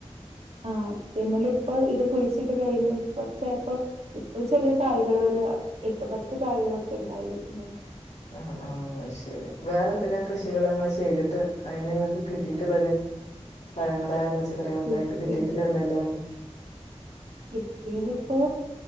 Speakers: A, on the right; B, on the left.
A: ആഹ് ആദ്യത്തെ മേല് ഇപ്പൊ ഇത് കുഴിച്ചിട്ട് കഴിഞ്ഞു കുറച്ചായപ്പ ഇപ്പൊ ചെറിയ കായ്കൾ ഒരു എട്ട് പത്ത് കായകളൊക്കെ ഉണ്ടായി വരുന്നുണ്ട്
B: ആഹ് ആഹ് ആഹ് ശരി വേറെ എന്തെല്ലാം കൃഷികൾ നിങ്ങൾ ചെയ്തിട്ട് അതിന് നിങ്ങൾക്ക് കിട്ടിയിട്ടുള്ളത് പഴങ്ങളായാലും പച്ചക്കറികളൊക്കെ
A: കിട്ടി
B: ആയിട്ട് കിട്ടിയിട്ടില്ല എന്തെങ്കലാണ്
A: കിട്ടിത് ഇപ്പോ